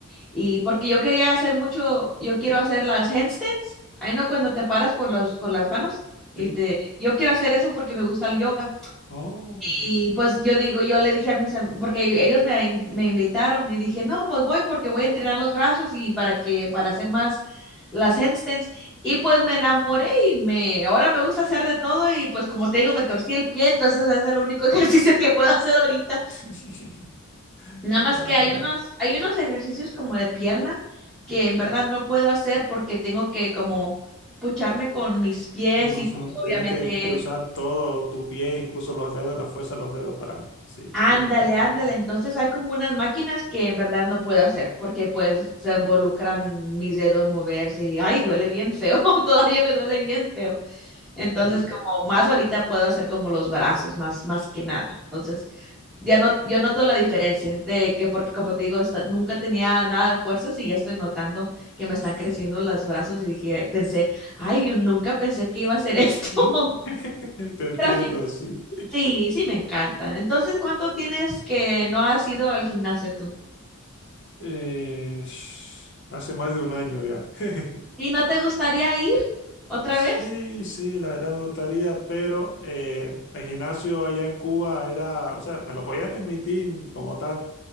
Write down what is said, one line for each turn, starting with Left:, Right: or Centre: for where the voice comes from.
Centre: Y porque yo quería hacer mucho, yo quiero hacer las handstands, ahí no cuando te paras con los, con las manos y
Left: Sí.
Centre: te, yo quiero hacer eso porque me gusta el yoga.
Left: Oh.
Centre: Y pues yo digo, yo le dije a mis, am- porque ellos me, in- me invitaron y dije, no, pues voy porque voy a entrenar los brazos y para que, para hacer más las handstands. Y pues me enamoré y me, ahora me gusta hacer de todo y pues como te digo, me torcí el pie, entonces ese es el único <laughs> ejercicio que puedo hacer ahorita.
Left: <laughs>
Centre: Nada más
Left: Ah,
Centre: que hay unos, hay unos ejercicios como de pierna que en verdad no puedo hacer porque tengo que como pucharme con mis pies
Left: ujú.
Centre: y pues
Left: Tiene
Centre: obviamente
Left: que, que usar todo tu pie, incluso los dedos, la fuerza de los dedos para... Sí,
Centre: ándale,
Left: te entiendo.
Centre: ándale. Entonces hay como unas máquinas que en verdad no puedo hacer porque pues se involucran mis dedos moverse y ay, duele bien feo, <laughs> todavía me duele bien feo. Entonces,
Left: Y...
Centre: como más ahorita puedo hacer como los brazos, más, más que nada. Entonces, ya no, yo noto la diferencia de que, porque como te digo, esta- nunca tenía nada de fuerzas y ya estoy notando que me están creciendo los brazos y dije, pensé, ay, yo nunca pensé que iba a hacer esto.
Left: Mm,
Centre: <laughs>
Left: <laughs> Te entiendo,
Centre: Pero sí,
Left: sí.
Centre: sí, sí me encanta. Entonces, ¿cuánto tienes que no has ido al gimnasio tú?
Left: Eh, hace más de un año ya. <laughs>
Centre: ¿Y no te gustaría ir otra
Left: Sí,
Centre: vez?
Left: sí, la verdad me gustaría, pero eh, el gimnasio allá en Cuba era, o sea, me lo podía permitir como tal,